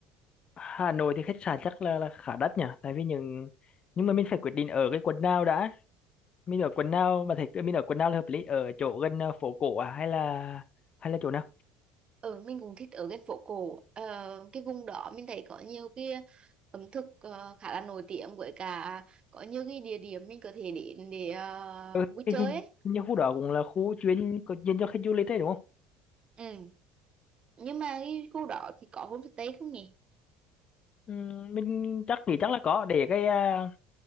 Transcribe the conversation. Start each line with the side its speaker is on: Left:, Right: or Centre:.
Left: Hà Nội thì khách sạn chắc là, là khá đắt nhỉ tại vì những nhưng mà mình phải quyết định ở cái quận nào đã mình ở quận nào bạn thấy mình ở quận nào là hợp lý ở chỗ gần à, phố cổ à hay là hay là chỗ nào
Right: ừ mình cũng thích ở cái phố cổ Ờ, cái vùng đó mình thấy có nhiều cái ẩm thực ờ, khá là nổi tiếng với cả có nhiều cái địa điểm mình có thể đến để ờ,
Left: ừ,
Right: vui
Left: cái
Right: chơi
Left: hình
Right: ấy.
Left: như khu đó cũng là khu chuyên có dành cho khách du lịch đấy đúng không
Right: Ừ. Nhưng mà cái khu đó thì có homestay không nhỉ?
Left: ừ, mình chắc thì chắc là có để cái à,